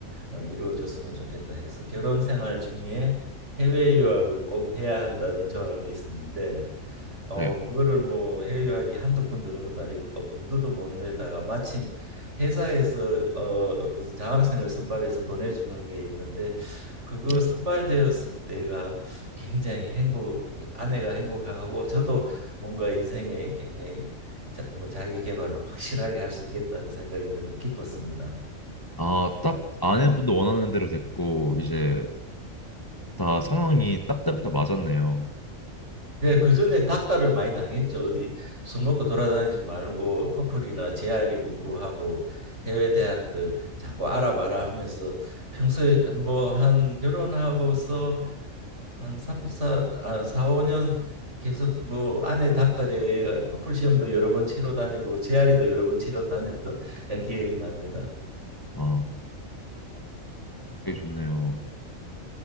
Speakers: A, on the right; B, on the left.
A: 어, 이루어줬으면 좋겠다 해서 결혼 생활 중에 해외 유학을 꼭 해야 한다는 조항이 있었는데 어
B: 네,
A: 그거를 뭐 해외여행이 한두 푼 드는 것도 아니고 어, 엄두도 못 내다가 마침 회사에서 어 어떤 장학생을 선발해서 보내주는 게 있는데 그거
B: 네.
A: 선발되었을 때가 굉장히 행복 아내가 행복하고 저도 뭔가 인생에 굉장히 자, 뭐 자기 개발을 확실하게 할 수 있겠다는 생각이 들어 기뻤습니다.
B: 아, 딱 아내분도 원하는 대로 됐고 이제 다 상황이 딱딱딱 맞았네요.
A: 네, 그 전에 닥달을 많이 당했죠. 어디 술 먹고 돌아다니지 말고 토플이나 GRE 공부하고 해외 대학들 자꾸 알아봐라 하면서 평소에 뭐 한 결혼하고서 한 삼사 아, 사 5년 계속 뭐 아내 닥달에 의해 토플 시험도 여러 번 치러 다니고 GRE도 여러 번 치러 다녔던 그냥 기억이 납니다.
B: 아, 되게 좋네요.